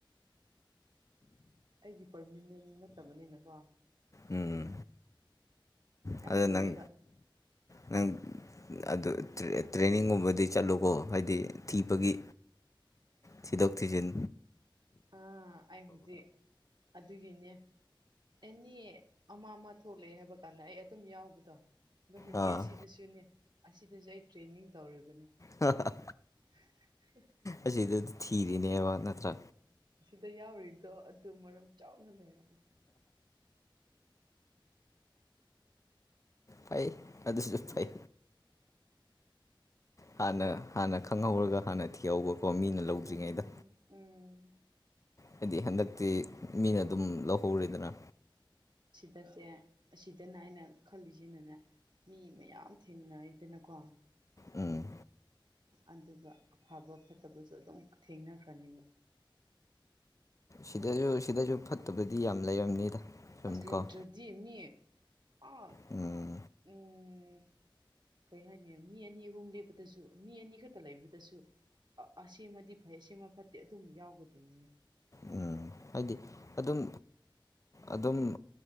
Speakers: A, on the right (about 55°); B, on the left (about 40°).
A: ꯑꯩꯒꯤ ꯄꯔꯃꯤꯅꯦꯟ ꯅꯠꯇꯕꯅꯤꯅꯀꯣ
B: ꯎꯝ
A: ꯌꯥꯝ
B: ꯑꯗꯣ
A: ꯂꯨꯋꯦꯕ
B: ꯅꯪ ꯅꯪ ꯑꯗꯨ ꯇ꯭ꯔꯦꯅꯤꯡꯒꯨꯝꯕꯗꯤ ꯆꯠꯂꯨꯀꯣ ꯍꯥꯏꯗꯤ ꯊꯤꯕꯒꯤ ꯊꯤꯗꯣꯛ ꯊꯖꯤꯟ
A: ꯑꯥ ꯑꯩ ꯍꯧꯖꯤꯛ ꯑꯗꯨꯒꯤꯅꯦ ꯑꯦꯅꯤ ꯑꯃ ꯑꯃ ꯊꯣꯛꯂꯛꯑꯦ ꯍꯥꯏꯕ ꯀꯥꯟꯗ ꯑꯩ ꯑꯗꯨꯝ ꯌꯥꯎꯕꯗꯣ ꯑꯗꯣ ꯍꯧꯖꯤꯛ
B: ꯑꯥ
A: ꯑꯁꯤꯗꯁꯨꯅꯦ ꯑꯁꯤꯗꯁꯨ ꯑꯩ ꯇ꯭ꯔꯦꯅꯤꯡ ꯇꯧꯔꯤꯕꯅꯦ
B: ꯑ
A: <unintelligible>
B: ꯑꯁꯤꯗꯗꯤ ꯊꯤꯔꯤꯅꯦꯕ ꯅꯠꯇ꯭ꯔꯥ
A: ꯗ ꯌꯥꯎꯔꯤꯗꯣ ꯑꯗꯨ ꯃꯔꯝ ꯆꯥꯎꯅ ꯂꯩꯔꯕꯅꯤ
B: ꯐꯩ ꯑꯗꯨꯁꯨ
A: ꯎꯝ
B: ꯐꯩ ꯍꯥꯟꯅ ꯍꯥꯟꯅ ꯈꯪꯍꯧꯔꯒ ꯍꯥꯟꯅ ꯊꯤꯍꯧꯕꯀꯣ ꯃꯤꯅ ꯂꯧꯗ꯭ꯔꯤꯉꯩꯗ
A: ꯎꯝ ꯎꯝ
B: ꯍꯥꯏꯗꯤ ꯍꯟꯗꯛꯇꯤ ꯃꯤꯅ ꯑꯗꯨꯝ ꯂꯧꯍꯧꯔꯤꯗꯅ
A: ꯗꯁꯦ ꯑꯁꯤꯗꯅ ꯑꯩꯅ ꯈꯜꯂꯤꯁꯤꯅꯅꯦ ꯃꯤ ꯃꯌꯥꯝ ꯊꯦꯡꯅꯩꯗꯅꯀꯣ
B: ꯎꯝ
A: ꯑꯗꯨꯒ ꯑꯐꯕ ꯐꯠꯇꯕꯁꯨ ꯑꯗꯨꯝ ꯊꯦꯡꯅꯈ꯭ꯔꯅꯤꯕ
B: ꯁꯤꯗꯁꯨ ꯁꯤꯗꯁꯨ ꯐꯠꯇꯕꯗꯤ ꯌꯥꯝ ꯂꯩꯔꯝꯅꯤꯗ ꯁꯨꯝ
A: ꯑꯁ ꯂꯩꯥꯇꯔꯗꯤ
B: ꯀꯣ
A: ꯃꯤ ꯑ
B: ꯎꯝ
A: ꯎꯝ ꯀꯔꯤ ꯍꯥꯏꯅꯤ ꯃꯤ ꯑꯅꯤ ꯑꯍꯨꯝ ꯂꯦꯞꯕꯗꯁꯨ ꯃꯤ ꯑꯅꯤ ꯈꯛꯇ ꯂꯩꯕꯗꯁꯨ ꯑꯁꯤ ꯑꯃꯗꯤ ꯐꯩ ꯁꯤ ꯑꯃ ꯐꯠꯇꯦ ꯑꯗꯨꯝꯃ ꯌꯥꯎꯒꯗꯣꯏꯅꯤ
B: ꯎꯝ ꯍꯥꯏꯗꯤ ꯑꯗꯨꯝ ꯑꯗꯨꯝ